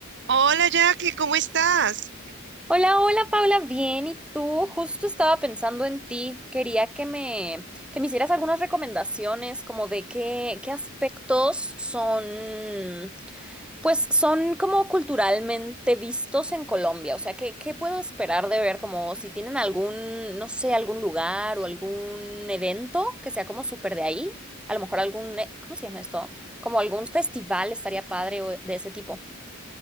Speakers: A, on the right; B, in the centre.
A: Hola Jackie, ¿cómo estás?
B: Hola, hola Paula, bien, ¿y tú? Justo estaba pensando en ti. Quería que me, que me hicieras algunas recomendaciones como de qué, qué aspectos son, pues son como culturalmente vistos en Colombia. O sea, ¿qué, qué puedo esperar de ver? Como si tienen algún, no sé, algún lugar o algún evento que sea como súper de ahí. A lo mejor algún, eh, ¿cómo se llama esto? Como algún festival estaría padre o de ese tipo.